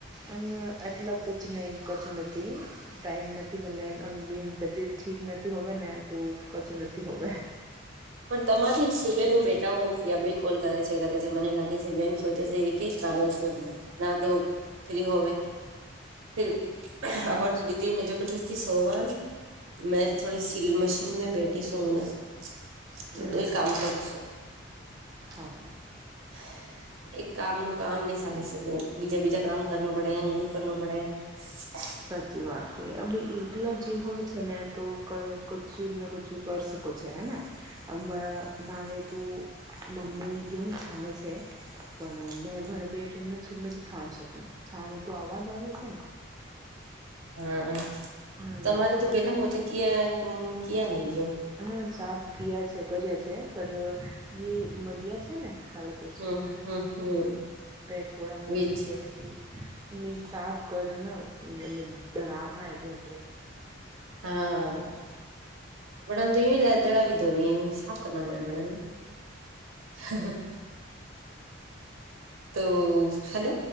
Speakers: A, on the right (about 20°); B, on the right (about 85°).
A: અને એટલા બ કચ ન કચું નથી ટાઈમ નથી મળે, અને બ તબિયત ઠીક નથી, હોવે ને તો કચું નથી હોવેે.
B: પણ તમારી સુબેનો બેટાઓ ત્યાં બે કોલ કરે છે, કરે છે, મને લાગે છે, બેન સોચે છે. થીક લાગેશે ના તો. ફ્રી હ છે, ફ આર તો દીકરીને જબરદસ્તી સોવાન મેં થોડી સીલ મશીન મે બેઠી છું ના. તું
A: હમ
B: કાંય કામ કરું છું.
A: હા.
B: <unintelligible> એક કામનું કામ નહી, સાલી શકતું, બીજે બીજા કામ કરવું પડે, એ કરવું પડે. <unintelligible>
A: સાચી વાત છે, અવે એકઇલોજી હોવે છે ને તો. ક કચું ના કચું કરી શકો છે હે. આમા મારેતું મમ્મી કેમ છાણે છે. પણ મેં ભલે બે ટન છે, એટલે છાણ શકું છાણું તો આવાજ આવે છે ને.
B: હમં
A: હમ
B: તમારે તો
A: તમે
B: પેલા પોચી ક ક્યા ની ગયો.
A: હા, સાફ કયા છે, કર્યા છે, પર એ મળ્યા છે ને કાલે. પરસું
B: હમ હમ હમ
A: બે થોડા મમી
B: બીજ
A: ગવાથી. ની સાફ કરીના ધામે મીશરે.
B: હા, પણ તું દળાવી દો ને, સાફ કરના પડે મ ને. હ, હુ. તો હલો,